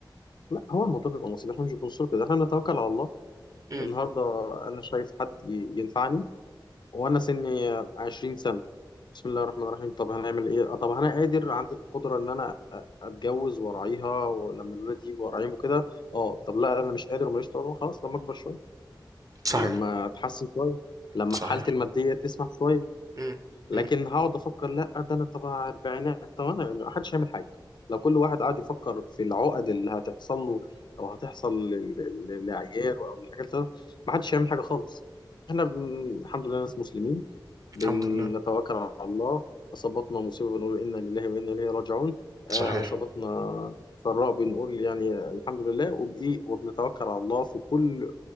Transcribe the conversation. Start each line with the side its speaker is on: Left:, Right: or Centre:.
Left: لا هو الموضوع بيبقى نصيب احنا مش بنبص كده احنا بنتوكل على الله
Right: مم.
Left: النهارده انا شايف حد ي- ينفعني وانا سني 20 سنه بسم الله الرحمن الرحيم طب هنعمل ايه آه، طب انا قادر عندي القدره ان انا اتجوز وارعيها ولما الولاد يجوا وارعيهم وكده اه طب لا انا مش قادر وماليش طاقه خلاص لما اكبر شويه
Right: صحيح
Left: لما اتحسن شويه لما
Right: صحيح
Left: حالتي الماديه تسمح شويه
Right: إمم،
Left: لكن
Right: إمم،
Left: هقعد افكر لا ده انا طبعا اربعينات طب انا يعني محدش هيعمل حاجه لو كل واحد قعد يفكر في العقد اللي هتحصل له او هتحصل ل- ل- لعياله او الحاجات دي محدش هيعمل حاجه خالص احنا بن... الحمد لله ناس مسلمين بنتوكل
Right: الحمد لله،
Left: على الله اصابتنا مصيبه بنقول انا لله وانا اليه راجعون آه،
Right: صحيح.
Left: اصابتنا سراء بنقول يعني الحمد لله وبايه وبنتوكل على الله في كل